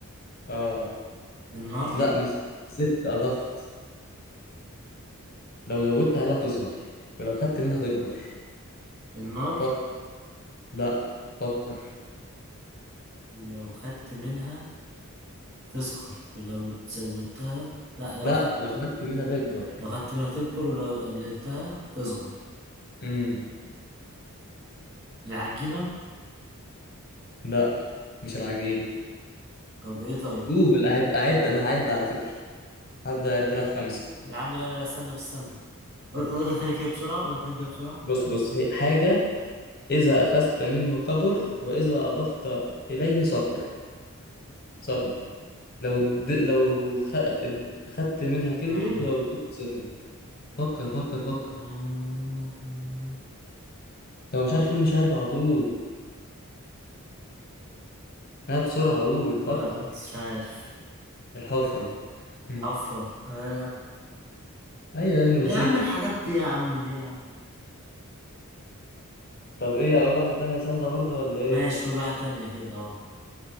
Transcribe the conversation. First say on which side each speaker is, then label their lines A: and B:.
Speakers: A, on the left; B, on the right.
A: اه
B: النار
A: لا مش زدت اضفت لو زودت عليها تصغر ولو خدت منها تكبر
B: النار
A: فكر لا فكر
B: لو خدت منها تصغر ولو زودتها لا لو
A: لا
B: خدت
A: لو خدت منها تكبر
B: لو خدت منها تكبر ولو قللتها تصغر
A: امم
B: العجينة
A: لا مش العجين
B: طب ايه طيب
A: قول اعد اعد انا هعد على فكرة هبدأ اعد لك خمسة
B: يا عم لا لا استنى بس استنى قول-
A: <laughs>
B: قولها تاني كده بسرعة قولها تاني كده بسرعة
A: بص بص هي حاجة إذا أخذت منه كبر وإذا أضفت إليه صغر صغر لو د... لو خ... خدت منها
B: مم.
A: كبرت ولو اديتها صغرت فكر فكر فكر
B: مم. مم.
A: لو مش عارف قول مش عارف على طول انا بسرعة اقول
B: لا
A: فكر
B: مش عارف
A: الحفرة هم.
B: حفرة آه.
A: ايوه يا ابني بسيطة
B: يا عم الحاجات دي يا عم دي يا عم
A: طب ايه اقول واحدة تانية سهلة برضو ولا ايه
B: ماشي قول واحدة تانية كده اه